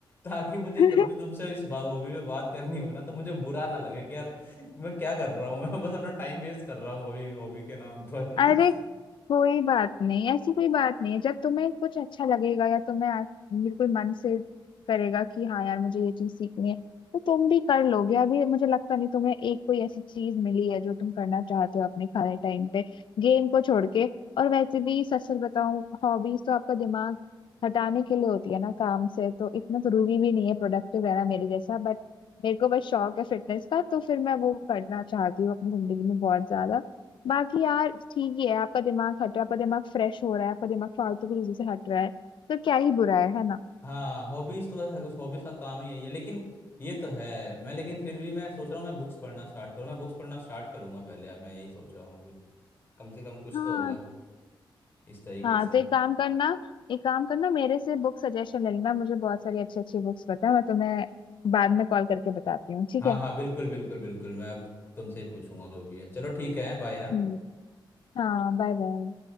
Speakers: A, on the left; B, on the left.
A: ताकि मुझे
B: <laughs>
A: तब भी तुमसे इस हॉबी में बात करनी हो ना तो मुझे बुरा ना लगे कि यार मैं क्या कर रहा हूँ मैं बस अपना टाइम वेस्ट कर रहा हूँ हॉबी हॉबी के नाम पर
B: अरे
A: <laughs>
B: कोई बात नहीं ऐसी कोई बात नहीं है जब तुम्हें कुछ अच्छा लगेगा या तुम्हें आज बिल्कुल मन से करेगा कि हाँ यार मुझे ये चीज सीखनी है तो तुम भी कर लोगे अभी मुझे लगता नहीं तुम्हें एक कोई ऐसी चीज मिली है जो तुम करना चाहते हो अपने खाली टाइम पे गेम को छोड़ के और वैसे भी सच सच बताऊं हॉबीज तो आपका दिमाग हटाने के लिए होती है ना काम से तो इतना जरूरी भी नहीं है प्रोडक्टिव रहना मेरे जैसा बट मेरे को बस शौक है फिटनेस का तो फिर मैं वो करना चाहती हूँ अपनी जिंदगी में बहुत ज्यादा बाकी यार ठीक ही है आपका दिमाग हट रहा है आपका दिमाग फ्रेश हो रहा है आपका दिमाग फालतू की चीजों से हट रहा है तो क्या ही बुरा है है ना
A: हाँ हॉबीज तो बस उस हॉबीज का काम ही यही है लेकिन ये तो है मैं लेकिन फिर भी मैं सोच रहा हूँ मैं बुक्स पढ़ना स्टार्ट करूँ मैं बुक्स पढ़ना स्टार्ट करूंगा पहले अब मैं यही सोच रहा हूँ अभी कम से कम कुछ
B: हाँ
A: तो होगा इस तरीके
B: हाँ
A: से
B: तो एक काम करना एक काम करना मेरे से बुक सजेशन ले लेना मुझे बहुत सारी अच्छी अच्छी बुक्स पता है मैं तुम्हें बाद में कॉल करके बताती हूँ ठीक
A: हाँ
B: है
A: हाँ बिल्कुल बिल्कुल बिल्कुल मैं अब तुमसे ही पूछूंगा जो भी है चलो ठीक है बाय हाँ
B: हम्म हाँ बाय बाय